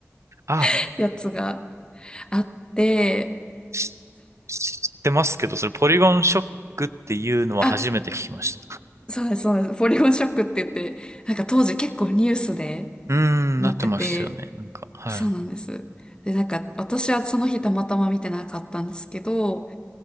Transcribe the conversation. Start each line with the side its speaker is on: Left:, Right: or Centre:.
Right: あ、
Left: <laughs> やつがあって、
Right: し知ってますけど、それポリゴンショックっていうのは初めて聞きました。
Left: あ、そうなんです、そうなんです、ポリゴンショックって言って、なんか当時結構ニュースで
Right: うーん、
Left: なってて、
Right: なってましたよね。なんか、はい。
Left: そうなんです。で、なんか私はその日たまたま見てなかったんですけど、